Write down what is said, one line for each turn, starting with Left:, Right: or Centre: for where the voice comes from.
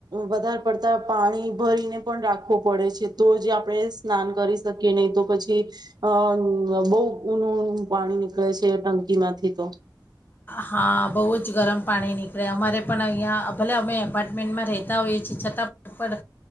Right: વધારે પડતા પાણી ભરીને પણ રાખવું પડે છે તો જે આપણે સ્નાન કરી શકીએ નહી તો પછી અ બહુ ઊનુંું પાણી નીકળે છે ટંકી માંથી તો
Left: હા બહુ જ ગરમ પાણી નીકળે અમારે પણ અહીંયા ભલે અમે એપાર્ટમેન્ટમાં રહેતા હોઈએ છીએ છતાં પણ પણ